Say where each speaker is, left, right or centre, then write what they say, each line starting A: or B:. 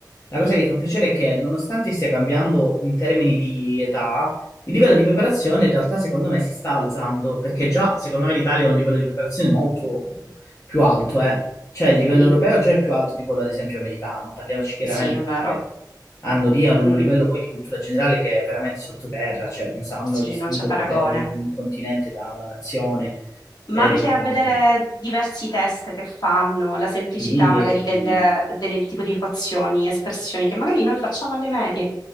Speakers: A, on the left; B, on the left.
A: La cosa
B: Mm,
A: che mi fa piacere è che, nonostante stia cambiando in termini di età, il livello di preparazione in realtà secondo me si sta alzando, perché già secondo me l'Italia ha un livello di preparazione molto più alto, eh. Cioè il livello
B: sì,
A: europeo già è più alto di quello ad esempio americano, parliamoci chiaramente
B: sì, è vero.
A: perché hanno lì un
B: Mm,
A: livello poi di cultura generale che è veramente sottoterra, cioè non sanno
B: sì,
A: distinguere
B: non c'è paragone.
A: se è un continente da una nazione
B: Ma
A: ed
B: anche
A: è grave.
B: a vedere diversi test che fanno, la semplicità
A: Sì,
B: magari
A: eh, sì.
B: del, del tipo di equazioni, espressioni che magari noi facciamo alle medie,